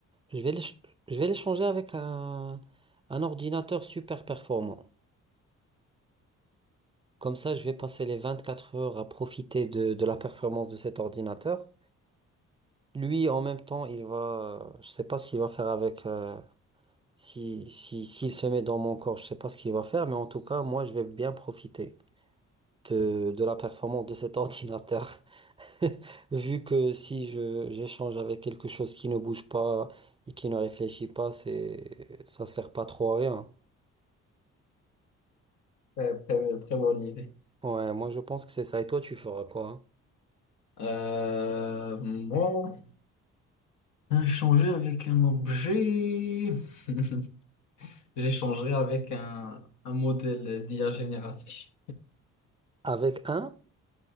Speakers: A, on the right; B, on the left.
A: je vais l'éch- je vais l'échanger avec un... un ordinateur super performant. Comme ça, je vais passer les 24 heures à profiter de, de la performance de cet ordinateur. Lui, en même temps, il va, je sais pas ce qu'il va faire avec, euh, si, si, s'il se met dans mon corps, je sais pas ce qu'il va faire, mais en tout cas, moi, je vais bien profiter de, de la performance de cet <laughs> ordinateur. <laughs> Vu que si je, j'échange avec quelque chose qui ne bouge pas et qui ne réfléchit pas, c'est, ça sert pas trop à rien.
B: très, très- très bonne idée.
A: Ouais, moi, je pense que c'est ça. Et toi, tu feras quoi? hein
B: Euh, moi, échanger avec un objet. <laughs> J'échangerai avec un, un modèle d'IA génératif.
A: Avec un?